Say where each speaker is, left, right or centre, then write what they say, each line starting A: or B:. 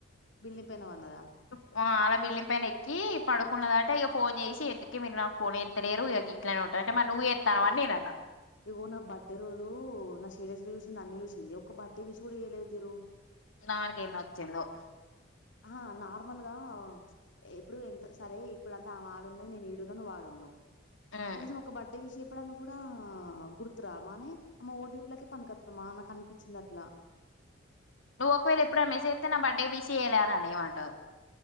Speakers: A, on the left; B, on the left.
A: బిల్లి పైన వన్నదా
B: ఊ అళ బిల్డింగ్ పైన ఎక్కి పడుకున్నదట ఇక ఫోన్ చేసి ఎందుకె మీరు నాకు ఫోన్ ఎత్తలేరు ఇక ఇట్నే ఉంట అంటే మరి నువు ఎస్తనవ అని నేనన్న
A: ఇగో నా బర్త్డే రోజు నా సీడస్ లు చూసింది అన్ని చూసింది ఒక్క బర్త్డే విష్ కూడా చేయ లేదు ఇరు
B: దానికేం నొచ్చిందో
A: ఆహా నార్మల్ గా ప్చ్ ఇప్పుడు ఎంత సరే ఇప్పుడంతా అమ ఆడున్నది నేను ఈడున నువ్ ఆడున్నవ్
B: ఉమ్
A: కనీసం ఒక బర్త్ డే విష్ చెప్ ప్పడనికి కూడా గుర్తురామానే అమ్మ ఓడటిపులకే పనికొస్తామా అ నాకు అనిపించింది అట్లా <inaudible>
B: నువ్వు ఒకవేళ ఎప్పుడు మెస్ ఏతే నా బర్డే బిస్ చేయాల అని అను ఏమంటదో